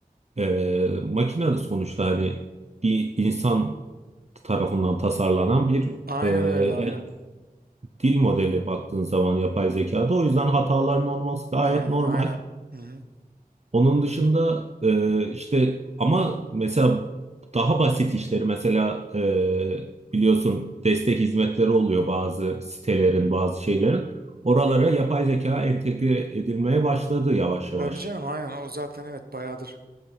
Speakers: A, on the right; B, on the right.
A: E, makine de sonuçta hani bir insan tarafından tasarlanan bir
B: Aynen
A: e, e,
B: öyle, aynen.
A: dil modeli baktığın zaman yapay zekada. O yüzden hataların olması gayet
B: Aynen,
A: normal.
B: aynen. Hı hı.
A: Onun dışında e, işte ama mesela daha basit işleri mesela e, biliyorsun destek hizmetleri oluyor bazı sitelerin bazı şeylerin. Oralara yapay zeka entegre edilmeye başladı yavaş yavaş.
B: Tabii canım aynen. O zaten evet bayağıdır